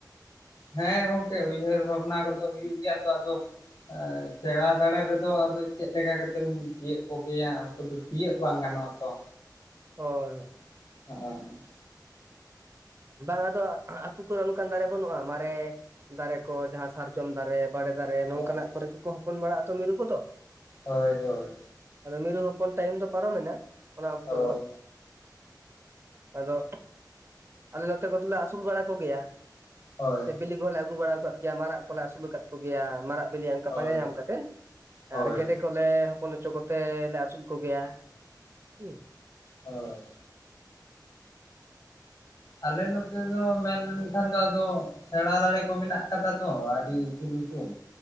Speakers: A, on the left; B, on the right.
A: ᱦᱮᱸ ᱜᱚᱢᱠᱮ ᱩᱭᱦᱟᱹᱨ ᱵᱷᱟᱵᱽᱱᱟ ᱠᱚᱫᱚ ᱦᱩᱭᱩᱜ ᱜᱮᱭᱟ ᱛᱚ ᱟᱫᱚ ᱥᱮᱬᱟ ᱫᱟᱲᱮ ᱨᱮᱫᱚ ᱟᱫᱚ ᱪᱮᱫ ᱞᱮᱠᱟ ᱠᱟᱛᱮᱢ ᱛᱤᱭᱟᱹᱜ ᱠᱚᱜᱮᱭᱟ ᱩᱱᱠᱩ ᱫᱚᱼᱼ ᱛᱤᱭᱟᱹᱜ ᱵᱟᱝ ᱜᱟᱱᱚᱜᱼᱟ ᱛᱚ᱾
B: ᱦᱳᱭ᱾
A: <unintelligible>
B: ᱵᱟᱝ ᱟᱫᱚ ᱟᱹᱛᱩ ᱠᱚᱨᱮ ᱚᱱᱠᱟᱱ ᱫᱟᱨᱮ ᱵᱟᱹᱱᱩᱜᱼᱟ᱾ ᱢᱟᱨᱮ ᱫᱟᱨᱮ ᱠᱚ ᱡᱟᱦᱟᱸ ᱥᱟᱨᱡᱚᱢ ᱫᱟᱨᱮᱼᱼ ᱵᱟᱲᱮ ᱫᱟᱨᱮ ᱱᱚᱝᱠᱟᱱ
A: ᱦᱳᱭ
B: ᱟᱜ ᱠᱚᱨᱮ ᱠᱚᱠᱚ ᱦᱚᱯᱚᱱ ᱵᱟᱲᱟᱜᱼᱟ, ᱛᱚ ᱢᱤᱨᱩ ᱠᱚᱫᱚ ᱾
A: ᱦᱳᱭ ᱦᱳᱭ᱾
B: ᱟᱫᱚ ᱢᱤᱨᱩ ᱦᱚᱯᱚᱱ ᱴᱟᱭᱤᱢ ᱫᱚ ᱯᱟᱨᱚᱢ ᱮᱱᱟ ᱚᱱᱟ ᱚᱠᱛᱚ
A: ᱦᱳᱭ
B: ᱫᱚ᱾ ᱟᱫᱚ ᱟᱞᱮ ᱱᱚᱛᱮ ᱠᱚᱫᱚᱞᱮ ᱟᱹᱥᱩᱞ ᱵᱟᱲᱟ ᱠᱚᱜᱮᱭᱟ
A: ᱦᱳᱭ
B: ᱥᱮ ᱵᱤᱞᱤᱼᱼ ᱦᱚᱸᱞᱮ ᱟᱹᱜᱩ ᱵᱟᱲᱟ ᱟᱠᱟᱫ ᱜᱮᱭᱟ ᱢᱟᱨᱟᱜ ᱠᱚᱞᱮ ᱟᱹᱥᱩᱞ ᱟᱠᱟᱫ ᱠᱚᱜᱮᱭᱟ ᱢᱟᱨᱟᱜ ᱵᱤᱞᱤ ᱚᱱᱠᱟ
A: ᱦᱳᱭ
B: ᱯᱟᱸᱡᱟ ᱧᱟᱢ ᱠᱟᱛᱮᱫ
A: ᱦᱳᱭ
B: ᱟᱨ ᱜᱮᱰᱮᱼᱼ ᱠᱚᱞᱮ ᱦᱚᱯᱚᱱ ᱦᱚᱪᱚ ᱠᱚᱛᱮ ᱞᱮ ᱟᱹᱥᱩᱞ ᱠᱚᱜᱮᱭᱟ ᱦᱩᱸ᱾
A: ᱦᱳᱭ᱾ ᱟᱞᱮ ᱱᱚᱛᱮ ᱫᱚ ᱢᱮᱱ ᱞᱮᱠᱷᱟᱱ ᱫᱚ ᱟᱫᱚᱼᱼ ᱥᱮᱬᱟ ᱫᱟᱲᱮ ᱠᱚ ᱢᱮᱱᱟᱜ ᱠᱟᱫᱟ ᱛᱚ ᱟᱹᱰᱤ ᱩᱥᱩᱞ ᱩᱥᱩᱞ᱾